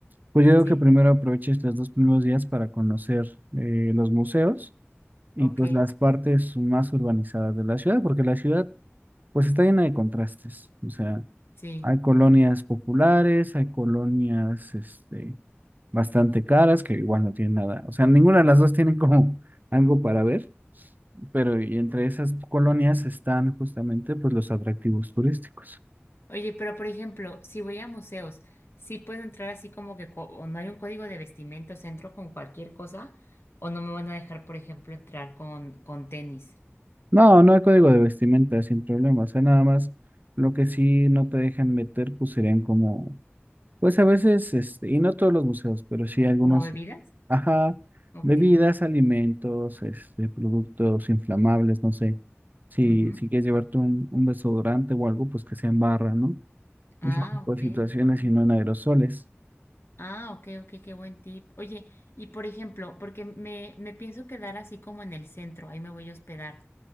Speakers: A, on the right (about 40°); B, on the left (about 60°).
A: pues yo digo
B: sí,
A: que primero aproveches los dos primeros días para conocer eh, los museos y
B: ok,
A: pues las partes más urbanizadas de la ciudad, porque la ciudad pues está llena de contrastes. O sea,
B: sí.
A: hay colonias populares, hay colonias, este, bastante caras, que igual no tienen nada. O sea, ninguna de las dos tienen como <laughs> algo para ver, pero y entre esas colonias están justamente, pues, los atractivos turísticos.
B: Oye, pero por ejemplo, si voy a museos, ¿sí puedo entrar así como que co- o no hay un código de vestimenta, o sea, entro con cualquier cosa, o no me van a dejar, por ejemplo, entrar con, con tenis?
A: No, no hay código de vestimenta sin problema. O sea, nada más lo que sí no te dejan meter, pues serían como Pues a veces, este, y no todos los museos, pero sí algunos,
B: ¿Como No. bebidas?
A: ajá,
B: Ok.
A: bebidas, alimentos, este, productos inflamables, no sé. Si,
B: ujú.
A: si quieres llevarte un, un desodorante o algo, pues que sea en barra, ¿no?
B: Ah,
A: Ese tipo
B: ok.
A: de situaciones
B: ok.
A: y no en aerosoles.
B: Ah, ok, ok, qué buen tip. Oye, y por ejemplo, porque me, me pienso quedar así como en el centro, ahí me voy a hospedar.